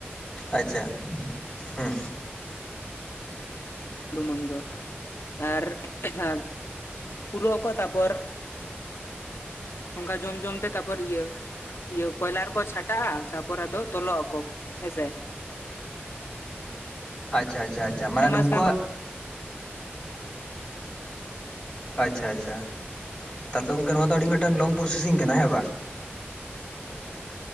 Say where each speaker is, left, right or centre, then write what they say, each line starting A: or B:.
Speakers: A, on the left (about 15°); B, on the left (about 75°).
A: ᱟᱪᱪᱷᱟ ᱦᱩᱸ᱾
B: ᱞᱩᱢᱟᱹᱝ ᱫᱚ ᱟᱨ ᱦᱮᱸ᱾ ᱯᱩᱨᱟᱹᱜ ᱟᱠᱚ ᱛᱟᱨᱯᱚᱨ ᱚᱝᱠᱟ ᱡᱚᱢ ᱡᱚᱢ ᱛᱮ ᱛᱟᱨᱯᱚᱨ ᱤᱭᱟᱹ ᱤᱭᱟᱹ ᱠᱚᱭᱞᱟᱨ ᱠᱚ ᱪᱷᱟᱴᱟᱜᱼᱟ ᱛᱟᱯᱚᱨ ᱟᱫᱚ ᱛᱚᱞᱚᱜ ᱟᱠᱚ ᱦᱮᱸᱥᱮ ᱾
A: ᱟᱪᱪᱷᱟ ᱟᱪᱪᱷᱟ ᱟᱪᱪᱷᱟ ᱢᱟᱱᱮ
B: ᱯᱮ
A: ᱱᱩᱠᱩᱣᱟᱜ
B: ᱢᱟᱥ ᱜᱟᱱ
A: ᱟᱪᱪᱷᱟ ᱟᱪᱪᱷᱟ ᱛᱟᱞᱮ ᱛᱚ ᱱᱚᱣᱟ ᱫᱚ ᱜᱚᱢᱠᱮ ᱱᱚᱣᱟ ᱫᱚ ᱟᱹᱰᱤ ᱢᱤᱫᱴᱟᱝ ᱞᱚᱝ ᱯᱨᱚᱥᱮᱥᱤᱝ ᱠᱟᱱᱟ ᱦᱮᱸ ᱵᱟ